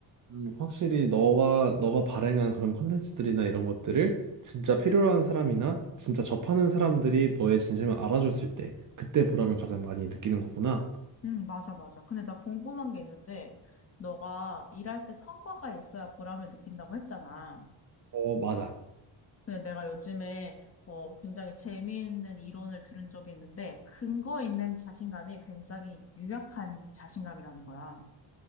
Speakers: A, on the right; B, on the left.
A: 음, 확실히 너가 너가 발행한 그런 콘텐츠들이나 이런 것들을 진짜 필요한 사람이나 진짜 접하는 사람들이 너의 진심을 알아줬을 때 그때 보람을 가장 많이 느끼는 거구나.
B: 응, 맞아, 맞아. 근데 나 궁금한 게 있는데 너가 일할 때 성과가 있어야 보람을 느낀다고 했잖아.
A: 어 맞아.
B: 근데 내가 요즘에 어, 굉장히 재미있는 이론을 들은 적이 있는데 근거 있는 자신감이 굉장히 유약한 자신감이라는 거야.